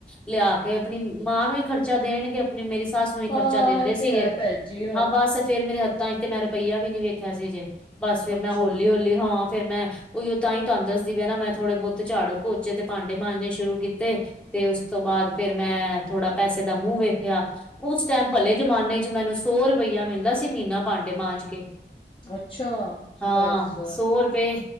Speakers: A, in the centre; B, on the left (about 25°).
A: ਲਿਆ। ਕੇ ਆਪਣੀ ਮਾਂ ਨੂੰ ਹੀ ਖਰਚਾ ਦੇਣ ਕੇ ਆਪਣੀ ਮੇਰੀ ਸੱਸ ਹੀ ਖਰਚਾ
B: ਹਾਂ
A: ਦਿੰਦੇ
B: ਇਹ ਤੇ
A: ਸੀਗੇ,
B: ਹੈ ਭੈਣ ਜੀ
A: ਹਾਂ ਬਸ ਫੇਰ ਮੇਰੇ ਹੱਥ ਤਾਂ ਤੇ ਮੈਂ ਰੁਪਈਆ ਵੀ ਨੀ ਵੇਖਿਆ ਸੀ ਜੇ, ਬਸ ਫੇਰ
B: ਅੱਛਾ
A: ਮੈਂ ਹੋਲੀ-ਹੌਲੀ ਹਾਂ ਫੇਰ ਮੈਂ ਉਈ ਉਹ ਤਾਂ ਹੀ ਤੁਹਾਨੂੰ ਦੱਸਦੀ ਵੀ ਨਾ ਮੈਂ ਥੋੜੇ ਬਹੁਤੇ ਝਾੜੂ ਪੋਚੇ ਤੇ ਪਾਂਡੇ ਮਾਂਜੇ ਸ਼ੁਰੂ ਕੀਤੇ। ਤੇ ਉਸ ਤੋਂ ਬਾਦ ਫੇਰ ਮੈਂ ਥੋੜਾ ਪੈਸੇ ਦਾ ਮੂੰਹ ਵੇਖਿਆ। ਉਸ ਟੈਮ ਭਲੇ ਜ਼ਮਾਨੇ ਚ ਮੈਨੂੰ ਸੌ ਰੁਪਇਆ ਮਿਲਦਾ ਸੀ ਮੀਨਾ ਭਾਂਡੇ ਮਾਂਜ ਕੇ।
B: ਅੱਛਾ
A: ਹਾਂ
B: ਦਸ,
A: ਸੌ ਰੁਪਏ